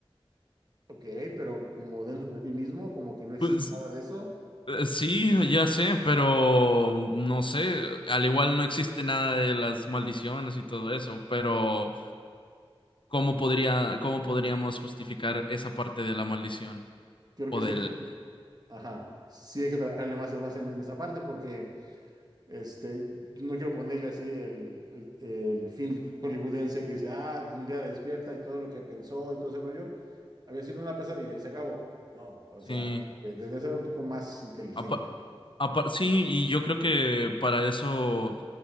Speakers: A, on the right; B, on the left.
A: Ok, pero como dentro de sí mismo, como que no existe
B: Pues
A: nada de eso,
B: eh, sí, ya sé, pero no sé, al igual no existe nada de las maldiciones y todo eso, pero ¿cómo podría, cómo podríamos justificar esa parte de la maldición?
A: creo
B: O
A: que
B: del...
A: sí. Ajá, sí hay que trabajarle más, más en, en esa parte porque este, no quiero ponerle así el, el, el film hollywoodense que dice, ah, un día despierta y todo lo que pensó y todo ese rollo, había sido una pesadilla y se acabó. No, o sea,
B: Sí,
A: como que debe ser un poco más inteligente.
B: apa- apa- sí, y yo creo que para eso,